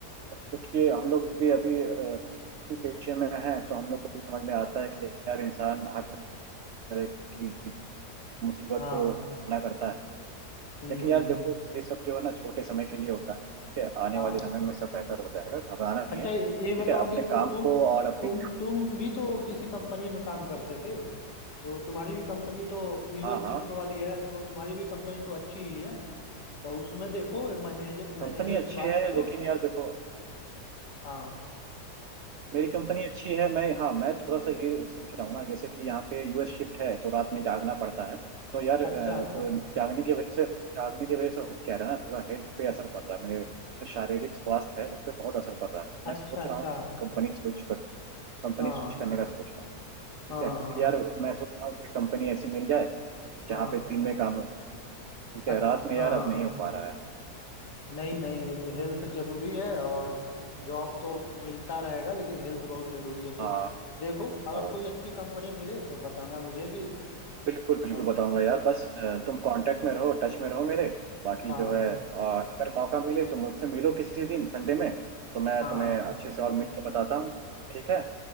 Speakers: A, on the right; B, on the left.
A: क्योंकि हम लोग भी अभी अ, इसी पेशे में हैं तो हम लोग को भी समझ में आता है कि यार इंसान हर तरह की मुसीबत
B: हाँ
A: को सामना करता है
B: हम्म
A: लेकिन यार
B: हम्म
A: देखो ये सब जो है ना छोटे समय के लिए होता है ठीक है आने
B: हाँ
A: वाले समय में सब बेहतर हो जाएगा घबराना नहीं
B: अच्छा
A: है
B: ये
A: ठीक
B: बताओ
A: है अपने
B: कि तो
A: काम
B: तुम
A: को और अपने
B: तुम तुम भी तो किसी कंपनी में काम करते थे तो तुम्हारी भी कंपनी तो यूएस
A: हाँ
B: शिफ्ट
A: हाँ
B: वाली है तो तुम्हारी भी कंपनी तो अच्छी ही है तो उसमें देखो मैनेजर
A: कंपनी
B: मैनेजर
A: अच्छी
B: से बात
A: है
B: करो
A: लेकिन यार देखो
B: हाँ
A: मेरी कंपनी अच्छी है मैं हाँ मैं थोड़ा सा ये सोच रहा हूँ ना जैसे कि यहाँ पे यूएस शिफ्ट है तो रात में जागना पड़ता है तो यार अ,
B: अच्छा अच्छा
A: तो जागने की वजह से जागने की वजह से हो क्या रहा है ना थोड़ा हेल्थ पे असर पड़ रहा है मेरे जो शारीरिक स्वास्थ्य है उस पर बहुत असर पड़ रहा है तो
B: अच्छा
A: मैं सोच
B: अच्छा
A: रहा हूँ कि कंपनी स्विच करूँ कंपनी
B: हाँ
A: स्विच करने का सोच रहा हूँ ठीक
B: हाँ
A: है क्योंकि
B: हाँ
A: यार मैं सोच रहा हूँ कोई कंपनी ऐसी मिल जाए जहाँ
B: हाँ
A: पे दिन में काम हो ठीक
B: अच्छा,
A: है रात में यार
B: हाँ
A: अब नहीं हो पा रहा है
B: नहीं नहीं हेल्थ जरूरी है और जॉब तो मिलता रहेगा लेकिन हेल्थ बहुत जरूरी है तो
A: हाँ
B: देखो अगर
A: और
B: कोई अच्छी कंपनी मिले तो बताना मुझे भी
A: बिल्कुल बिल्कुल
B: हाँ
A: बताऊंगा यार बस अ, तुम कांटेक्ट में रहो टच में रहो मेरे बाकी
B: हाँ
A: जो है अ, अगर मौका मिले तो मुझसे मिलो किसी दिन संडे में तो मैं
B: हाँ
A: तुम्हें अच्छे से और मिल के बताता हूँ ठीक है